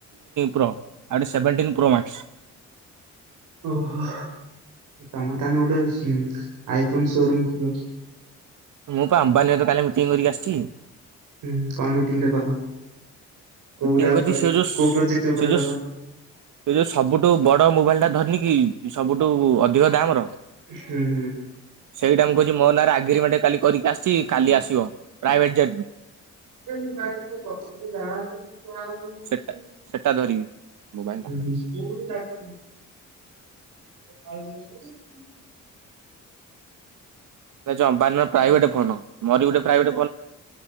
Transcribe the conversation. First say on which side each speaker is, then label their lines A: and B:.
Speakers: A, on the right; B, on the right.
A: ପ୍ରା ସେଭେଣ୍ଟଟିନ୍ ପ୍ରୋମ୍ୟାକ୍ସ
B: ଓହୋ। ତମ ତାନେ ଗୋଟେ ଆଇ ଫୋନ ଶୋରୁମ୍ ଖୋଲ
A: ମୁଁ ପା ଆମ୍ବାନୀ ସହିତ କାଲି ମିଟିଂ କରିକି ଆସିଚି।
B: ହୁଁ କଣ ମିଟିଂ ରେ କଲ? କୋଉଟା
A: ମିଟିଂ କରଚି
B: ଉପରେ
A: ସେ ଯୋଉ ସୁ
B: କୋଉ ପ୍ରୋଜେକ୍ଟ ଉପରେ
A: ସେ ଯୋଉ
B: କଲ
A: ସୁ ସେ ଯୋଉ ସବୁଠୁ ବଡ ମୋବାଇଲ ଟା ଧରିନି କି ସବୁଠୁ ଅଧିକ ଦାମ ର।
B: ହୁଁ ହୁଁ
A: ସେଇଟା ମୁଁ କହିଚି ମୋ ନାଁରେ ଆଗ୍ରିମେଣ୍ଟ କାଲି କରିକି ଆସିଚି କାଲି ଆସିବ ପ୍ରାଇଭେଟ ଜେଟରୁ।
B: <unintelligible> କରିଦେଲି ଯାହା <unintelligible>
A: ସେଟା ସେଟା ଧରିବି। ମୋବାଇଲ
B: ହୁଁ ହୁଁ ମୂଳୁରୁ <unintelligible> <unintelligible>
A: ଜମା ନୁହେଁ ପ୍ରାଇଭେଟ୍ ରେ ଫୋନ୍ ମୋର ବି ଗୋଟେ ପ୍ରାଇଭେଟ୍